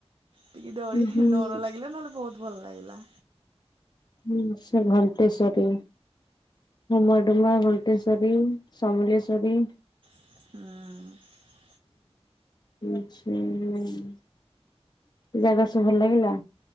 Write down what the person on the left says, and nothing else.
ହୁଁ ହୁଁ
ହୁଁ ସେ ଘଣ୍ଟେଶ୍ଵରୀ ଉମଡୁମା ଘ ଣ୍ଟଶ୍ୱରୀ, ସମେଲେଶ୍ୱରୀ।
ହଁ ଆଚ୍ଛା <unintelligible> ଜାଗା ସବୁ ଭଲ ଲାଗିଲା?